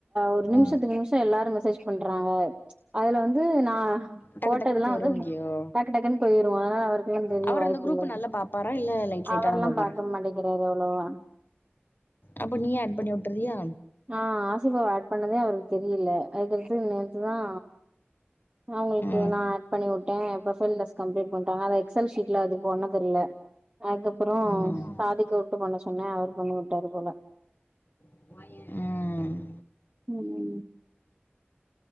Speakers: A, on the right; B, on the left.
A: ஒரு நிமிஷத்துக்கு
B: ம்
A: நிமிஷ எல்லாரு மெசேஜ் பண்றாங்க அதுல வந்து நா
B: டக்கு
A: போட்டதுல்லா
B: டக்குன்னு போயிருவன்கியோ
A: வந்து டக்கு டக்குன் போயிரு அதனால அவருக்கெல்லா தெரிய
B: அவர்
A: வாய்ப்பு
B: அந்த குரூப்
A: இல்ல
B: நல்லா பாப்பாரா இல்ல லைட் லைட்டா
A: அவர்ல்லா
B: தா பாப்பாரா
A: பாக்க மாட்டிக்கிறாரு அவ்ளோவா
B: அப்போ நீயே ஆட் பண்ணி உட்டர்றியா
A: நா ஆசிஃபாவ ஆட் பண்ணதே அவருக் தெரியில அதுக்கடுத்து நேத்துதா அவுங்களுக்கு
B: ம்
A: நா ஆட் பண்ணி உட் டோ ப்ரொபைல் டெஸ்ட் கம்ப்ளீட் பண்டா அத எக்சல்ஷீட்ல அது பண்ண தெரில்ல அதுக்கப்பறோ
B: ம்
A: பாதிக்க கூப்ட்டு பண்ண சொன்னே அவரு பண்ணி உட்டாரு போல
B: ம்
A: ம்